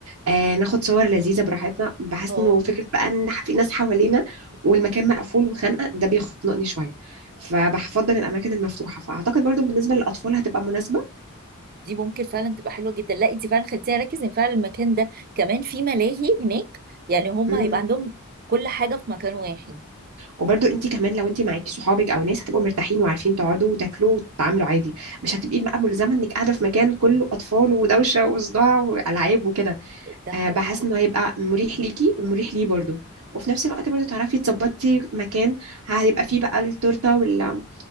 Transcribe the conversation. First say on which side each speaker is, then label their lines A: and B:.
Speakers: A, on the right; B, on the right.
A: آه ناخد صور لذيذه براحتنا بحيث
B: اه
A: انه فكره بقى ان في ناس حوالينا والمكان مقفول وخانقه ده بيخنقني شويه فبفضل الاماكن المفتوحه فاعتقد برضو بالنسبه للاطفال هتبقى مناسبه
B: دي ممكن فعلا تبقى حلوة جدا لا انت فعلا خليتيني اركز ان فعلا المكان ده كمان في ملاهي هناك يعني هما
A: مم.
B: هيبقى عندهم كل حاجة في مكان واحد
A: وبرضو انت كمان لو انت معاكي صحابك او ناس هتبقوا مرتاحين وعارفين تقعدوا وتاكلوا وتتعاملوا عادي مش هتبقي بقى ملزمه انك قاعده في مكان كله اطفال ودوشه وصداع والعاب وكده
B: ده حقيقي
A: أه بحس انه هيبقى مريح ليكي ومريح ليه برضو وفي نفس الوقت برضو تعرفي تظبطي مكان هيبقى فيه بقى التورته وال...